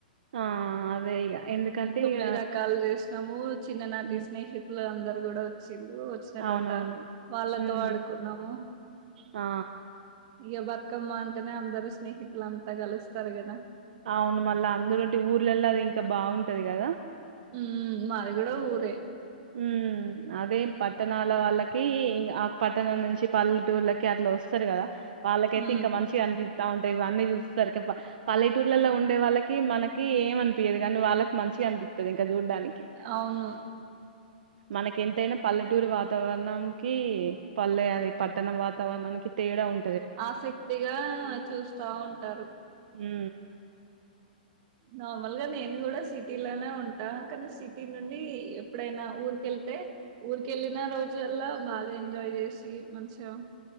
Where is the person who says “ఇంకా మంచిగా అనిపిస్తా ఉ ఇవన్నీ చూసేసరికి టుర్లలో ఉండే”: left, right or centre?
Right